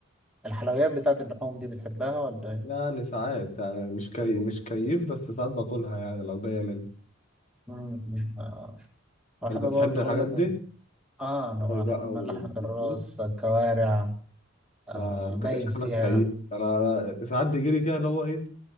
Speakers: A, in the centre; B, on the left.
A: الحلويات بتاعت اللحوم دي بتحبها ولا ايه؟
B: يعني ساعات يعني مش كي... مش كيف بس ساعات باكلها يعني لو جاية مني
A: مم. آه. بحب
B: انت بتحب
A: برضه
B: الحاجات
A: بقول لك
B: دي
A: ال- اه انا
B: أوي بقى
A: بحب من
B: وت-
A: لحمة الراس
B: وتدوس
A: الكوارع آه
B: ما انت
A: دايس
B: كده شكلك
A: فيها
B: كيف انا أنا ساعات بيجيلي كده اللي هو ايه